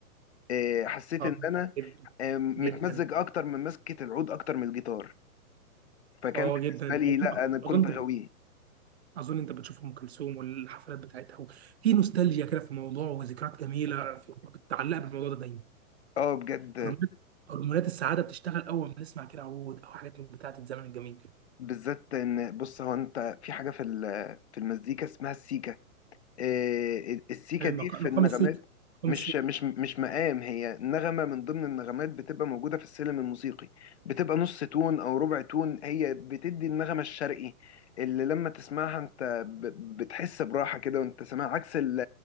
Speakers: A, on the left (about 50°); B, on the right (about 45°).
A: آه، حسيت
B: اه
A: ان انا
B: جدا
A: آه، متمزج
B: جدا
A: اكتر من مسكه العود اكتر من الجيتار فكان
B: اه
A: بالنسبه
B: جدا
A: لي
B: اظن
A: لا انا كنت
B: اظن
A: غاويه
B: اظن انت بتشوف ام كلثوم والحفلات بتاعتها في نوستالجيا كده في الموضوع وذكريات جميله في- متعلقه بالموضوع ده دايما
A: اه بجد
B: هرمونات هرمونات السعاده بتشتغل اول ما نسمع كده عود او حاجات من بتاعه الزمن الجميل
A: بالذات ان بص هو انت في حاجه في ال- في المزيكا اسمها السيكا إيه، السيكا
B: مقام
A: دي في
B: مقام
A: النغمات
B: السيكه مقام
A: مش مش مش مقام هي نغمه من ضمن النغمات بتبقى موجوده في السلم الموسيقي بتبقى نص تون او ربع تون هي بتدي النغمه الشرقي اللي لما تسمعها انت ب- بتحس براحه كده وانت سامعها عكس ال-